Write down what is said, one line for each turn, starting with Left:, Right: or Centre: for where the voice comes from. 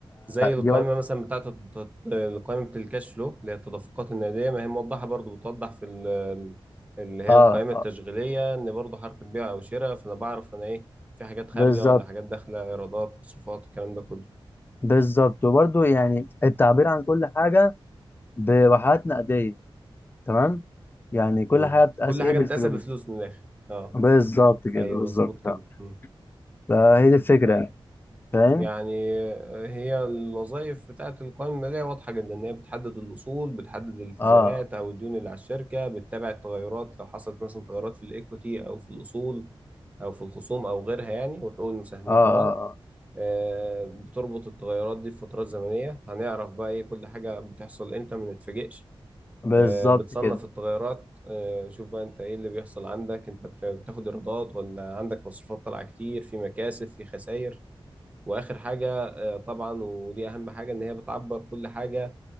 Right: زي القائمة
Left: دي برضه
Right: مثلا بتاعت الت- القائمة بتاع الكاش فلو اللي هي التدفقات النقدية ما هي موضحة برضو بتوضح في ال- ال- اللي هي
Left: اه
Right: القائمة
Left: آه،
Right: التشغيلية إن برضو حركة بيع أو شراء فأنا بعرف أنا إيه في حاجات خارجة
Left: بالظبط
Right: ولا حاجات داخلة إيرادات مصروفات الكلام ده كله
Left: بالظبط وبرضه يعني التعبير عن كل حاجه بواحات نقديه تمام يعني كل
Right: مم.
Left: حاجه بتقاس
Right: كل
Left: ايه
Right: حاجة
Left: بالفلوس
Right: متقاسة بفلوس من الآخر أه
Left: بالظبط كده
Right: أيوه
Left: بالظبط
Right: مظبوط
Left: فعلا.
Right: كده مم.
Left: فهي دي الفكره
Right: طيب
Left: يعني فاهم
Right: يعني آه، هي الوظائف بتاعت القوائم المالية واضحة جدا إن هي بتحدد الأصول بتحدد الالتزامات
Left: اه
Right: أو الديون اللي على الشركة بتتابع التغيرات لو حصلت مثلا تغيرات في الإيكويتي أو في الأصول أو في الخصوم أو غيرها يعني وحقوق المساهمين
Left: اه اه,
Right: طبعا
Left: آه.
Right: آه، بتربط التغيرات دي بفترات زمنية هنعرف بقى إيه كل حاجة بتحصل إمتى ما نتفاجئش
Left: بالظبط
Right: آه، بتصنف
Left: كده
Right: التغيرات آه، شوف بقى انت ايه اللي بيحصل عندك انت بتاخد ايرادات ولا عندك مصروفات طالعه كتير في مكاسب في خسائر واخر حاجه آه، طبعا ودي اهم حاجه ان هي بتعبر كل حاجه